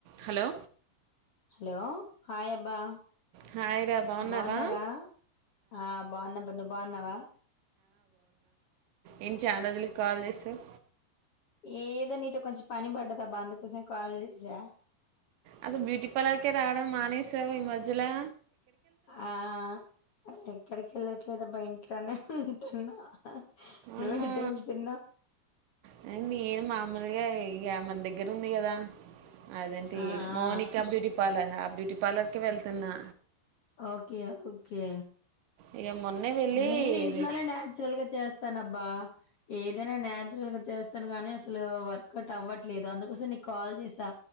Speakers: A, on the right (about 75°); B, on the left (about 55°).
A: Hello
B: hello hi అబ్బా
A: hi రా బాగున్నావా
B: బాగున్నారా ఆ బాగున్నా అబ్బా నువ్వు బాగున్నావా?
A: ఏంటి చాలా రోజులకి కాల్ చేసావ్
B: ఏ ఇగో నీతో కొంచం పని పడ్డదబ్బ అందుకోసం కాల్ చేసా
A: అది బ్యూటీ పార్లర్కే రావడం మానేసావు ఈ మధ్యలా
B: ఆ ఎక్ ఎక్కడికి ఎళ్ళట్లేదబ్బా ఇంట్లోనే ఉంటున్నా. న్యూ
A: ఆహా
B: <unintelligible> తిన్న
A: అది నేను మామూలుగా ఇక మన దగ్గర ఉంది కదా అదేంటి
B: ఆ,
A: Mounika
B: ఆ,
A: beauty parlour app beauty పార్లర్కి వెళ్తున్నా
B: ఓకే ఓకే
A: ఇక మొన్నే వెళ్ళి
B: నేను ఇంట్లోనే
A: ఇది-
B: నాచురల్ గా చేస్తాన అబ్బా ఏది ఏదైనా నచురల్ గా చేస్తాను గానీ అసలు వర్కౌట్ అవ్వట్లేదు అందుకోసం నీకు కాల్ చేసా